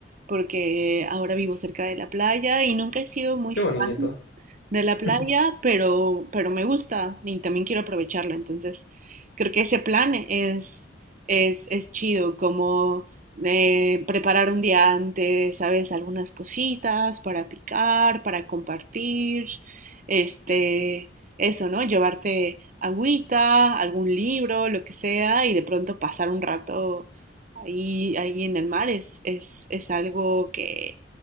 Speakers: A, on the right (about 45°); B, on the left (about 75°).
A: porque ahora vivo cerca de la playa y nunca he sido muy
B: qué
A: fan
B: bonito.
A: de la playa,
B: <laughs>
A: pero, pero me gusta y también quiero aprovecharlo. Entonces, creo que ese plan es, es, es chido, como eh, preparar un día antes, ¿sabes? Algunas cositas para picar, para compartir, este, eso, ¿no? Llevarte agüita, algún libro, lo que sea, y de pronto pasar un rato ahí, ahí en el mar es, es, es algo que,